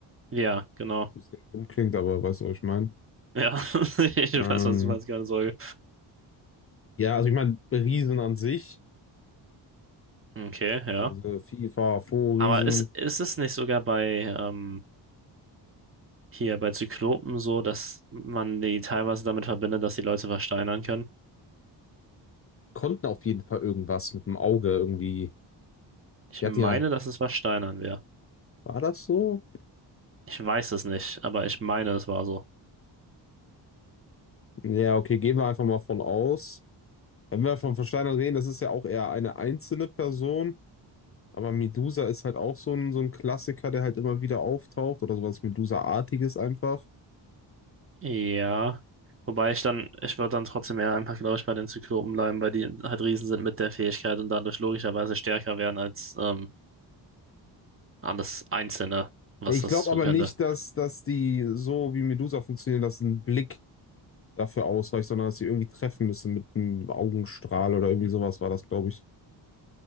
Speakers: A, on the right; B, on the left.
A: Ja, genau.
B: Bisschen dumm klingt, aber weißt du, was ich meine?
A: Ja, <laughs> ich
B: Ähm,
A: weiß, was du meinst, keine Sorge.
B: ja, also ich meine, Riesen an sich,
A: Okay, ja.
B: diese FIFA, Fo-Riesen,
A: Aber ist, ist es nicht sogar bei ähm, hier bei Zyklopen so, dass man die teilweise damit verbindet, dass die Leute versteinern können.
B: konnten auf jeden Fall irgendwas mit dem Auge irgendwie.
A: Ich
B: Die
A: meine,
B: hatten ja,
A: dass es versteinern wäre.
B: war das so?
A: Ich weiß es nicht, aber ich meine, es war so.
B: Ja, okay, gehen wir einfach mal von aus. Wenn wir von Versteinern reden, das ist ja auch eher eine einzelne Person, aber Medusa ist halt auch so ein, so ein Klassiker, der halt immer wieder auftaucht oder sowas Medusa-artiges einfach.
A: Ja. Wobei ich dann, ich würde dann trotzdem eher einfach, glaube ich, bei den Zyklopen bleiben, weil die halt Riesen sind mit der Fähigkeit und dadurch logischerweise stärker wären als ähm, alles Einzelne, was
B: Ich
A: das
B: glaube
A: so
B: aber
A: könnte.
B: nicht, dass, dass die so wie Medusa funktionieren, dass ein Blick dafür ausreicht, sondern dass sie irgendwie treffen müssen mit einem Augenstrahl oder irgendwie sowas war das, glaube ich.